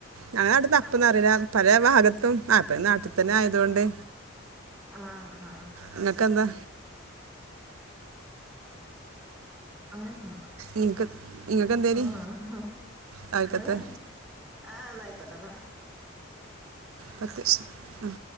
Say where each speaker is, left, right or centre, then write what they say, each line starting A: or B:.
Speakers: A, on the right; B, in the centre.
A: ഞങ്ങവ്ടുന്ന്
B: ആഹ്
A: അപ്പന്നറയ പല ഭാഗത്തും അപ്പഴ നാട്ടിത്തന്നെ ആയതോണ്ട്,
B: ആഹ്
A: നിങ്ങൾക്ക് എന്താ
B: ആഹ്,
A: നിങ്ങൾക്ക് നിങ്ങൾക്ക് എന്തേനി
B: ആഹ്
A: രാവിലത്തെ
B: ആഹ് ആഹ് ഇന്നയ്ക്കോട്ടെ ഇന്നാ
A: പത്തിശ് ഉം